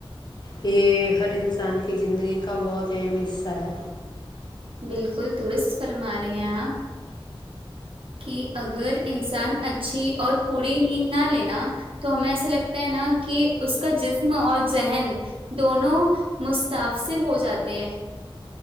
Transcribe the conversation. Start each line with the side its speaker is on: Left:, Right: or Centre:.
Left: یہ ہر انسان کی زندگی کا بہت اہم حصہ ہے
Right: بالکل درست فرما رہے ہیں آپ کی اگر انسان اچھی اور پوری نیند نہ لینا تو ہمیں ایسا لگتا ہے نا کہ اس کا جسم اور ذہن دونوں متاثر ہو جاتے ہیں